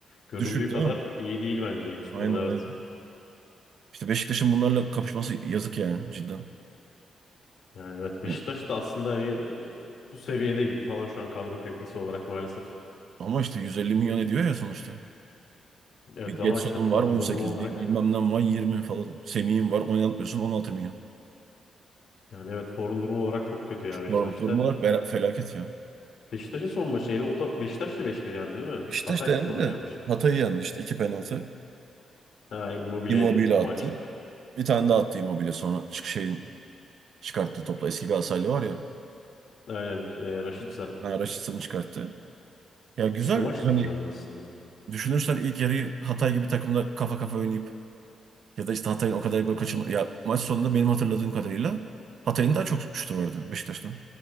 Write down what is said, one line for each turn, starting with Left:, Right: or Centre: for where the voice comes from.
Left: göründüğü
Right: Düşük
Left: kadar
Right: değil mi?
Left: iyi değil bence Eyüpspor'un
Right: Aynen aynen.
Left: evet.
Right: İşte Beşiktaş'ın bunlarla kapışması yazık yani cidden.
Left: Yani evet
Right: Ne?
Left: Beşiktaş da aslında hani e, bu seviyede gibi falan şu an kadro kalitesi olarak maalesef.
Right: Ama işte 150 milyon ediyor ya sonuçta.
Left: Evet
Right: Bir Getson'un
Left: ama işte form
Right: var 18,
Left: durumu olarak
Right: bir bilmem ne var 20 falan. Semih'in var oynatmıyorsun 16 milyon.
Left: yani evet form durumu olarak çok kötü ya
Right: Şu
Left: Beşiktaş'ta.
Right: form, durum olarak bela- felaket ya.
Left: Beşiktaş'ın son maçı neydi? O da Beşiktaş da 5-1 yendi değil mi?
Right: Beşiktaş
Left: Hatayspor'u
Right: da yendi de
Left: mu yenmişti?
Right: Hatay'ı yendi işte iki penaltı.
Left: Ha Immobile
Right: Immobile
Left: o
Right: attı.
Left: maç.
Right: Bir tane daha attı Immobile sonra çık şeyin çıkarttığı topla. Eski Galatasaraylı var ya.
Left: Aynen. E, Rashica.
Right: Yani Raşitsa'nı çıkarttı. Ya güzel
Left: O maç
Right: yani
Left: da güzeldi aslında.
Right: düşünürsen ilk yarıyı Hatay gibi takımda kafa kafa oynayıp ya da işte Hatay'ın o kadar gol kaçırma. Ya maç sonunda benim hatırladığım kadarıyla Hatay'ın daha çok şutu vardı Beşiktaş'tan.